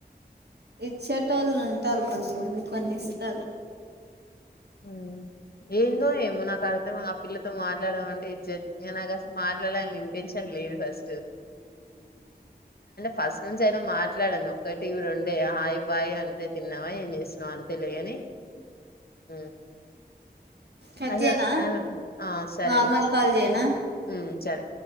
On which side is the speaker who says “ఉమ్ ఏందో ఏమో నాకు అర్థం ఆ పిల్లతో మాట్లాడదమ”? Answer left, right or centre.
Left